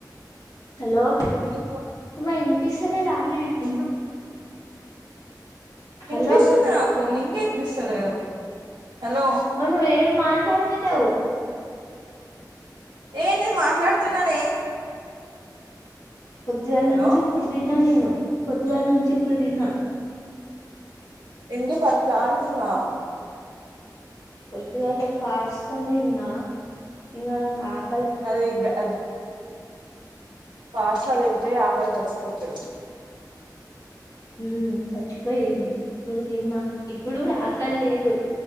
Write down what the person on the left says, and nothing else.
హలో
అమ్మా ఇన్పిస్తాలేదానే
హలో
నువ్వు ఏం మాట్లాడుతాలేవు
పొద్దుగాల
నుంచి ఇప్పుడు తిన్నా నేను పొద్దుగాల నుంచి ఇప్పుడు తిన్నా
పొద్దుగాల పాస్తా తిన్నా ఇంకా నాకు ఆక్
ఉం చచ్చిపోయింది ఇప్పుడు తిన్నా ఇప్పుడు కూడా ఆకలి లేదు